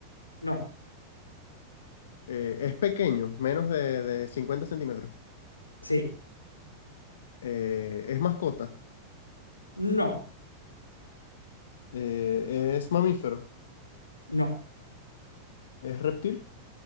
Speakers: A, on the left; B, on the left.
A: No,
B: Eh, es pequeño, menos de, de 50 centímetros.
A: sí,
B: Eh, es mascota,
A: no,
B: Eh, es mamífero,
A: no,
B: es reptil,